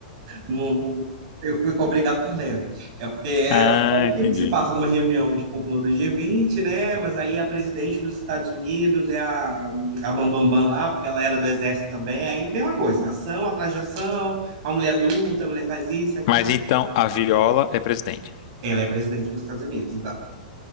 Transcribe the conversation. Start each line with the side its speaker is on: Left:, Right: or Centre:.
Right: Não- não- eu fui obrigado por Leme. É porque é,
Left: Ah,
Right: é um
Left: entendi.
Right: filme que se passa numa reunião de cúpula do G20, né? Mas aí a presidente dos Estados Unidos é a, a Bambambam Bam Bam lá, porque ela era do exército também. Aí, mesma coisa, ação atrás de ação, a mulher luta, a mulher faz isso, aquilo.
Left: Mas então a Viola é presidente.
Right: Ela é presidente dos Estados Unidos, exato.